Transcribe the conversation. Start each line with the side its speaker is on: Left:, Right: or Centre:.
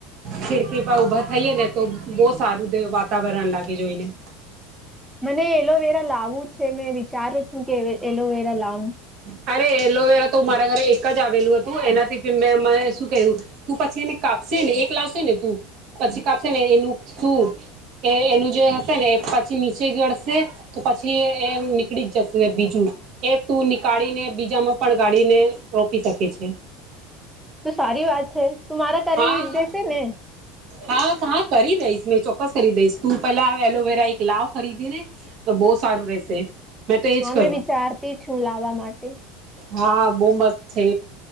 Right: ખિર કે પાાવભા થઈએે ને તો બહુ સારું વાતાવરણ લાગે જોઈને
Centre: મને એલોવેરા લાવું છે મેં વિચારું છું કે એલોવેરા લાવાવ
Right: અરે એલોવેરા તો મારા ઘરે એક જ આવેલું હતું એનાથી મેં શું ક્યું તું પછી એને કાપશે ને એક લાવશે ને તું પછી કાપશે ને એનું શું એનું જે હશે ને પછી નીચે ગળશે પછી એ નીકળી જશે બીજું એ તું કાળીને બીજામાં પણ ગાડીને રોપી શકે છે
Centre: તો સારી વાત છે તું મારા કરી
Right: હા
Centre: દેશે ને
Right: હા હા કરી દઈશ મેં ચોક્કસ કરી દઈશ તું પેલા એલોવેરા એક લાવ ખરીદી ને તો બહુ સારું રહેશે મેં તો એજ
Centre: હમે
Right: કરું
Centre: વિચારતી છું લાવવા માટે
Right: હા બહુ મસ્ત છે